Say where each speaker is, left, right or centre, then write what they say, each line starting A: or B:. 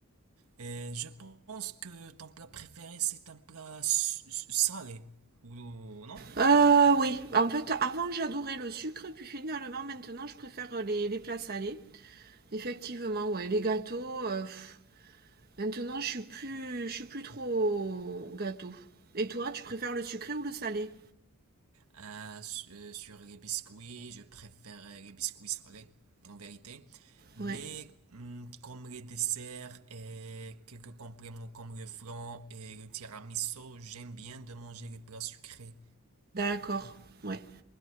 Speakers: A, on the right; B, on the right.
A: Et je pense que ton plat préféré, c'est un plat s- s- salé. Ou non?
B: Euh, oui, en fait, avant j'adorais le sucre, puis finalement maintenant je préfère les, les plats salés. Effectivement, ouais, les gâteaux. euh, pff, maintenant je suis plus, je suis plus trop gâteau. Et toi, tu préfères le sucré ou le salé?
A: Ah, euh, sur les biscuits, je préfère euh, les biscuits salés, en vérité. Mais
B: Ouais,
A: hum, comme les desserts et quelques compléments comme le flan et le tiramisu, j'aime bien de manger les plats sucrés.
B: d'accord. Ouais.